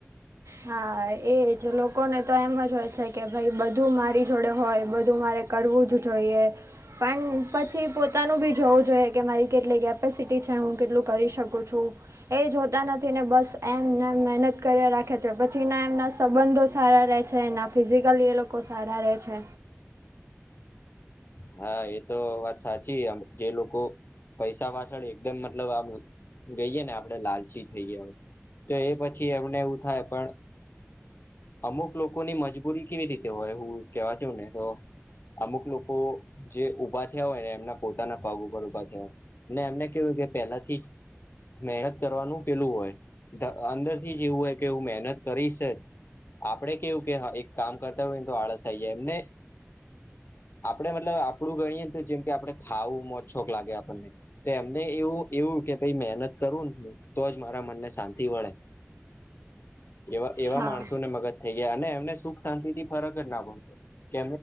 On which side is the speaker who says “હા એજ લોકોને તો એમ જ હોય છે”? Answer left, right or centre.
Right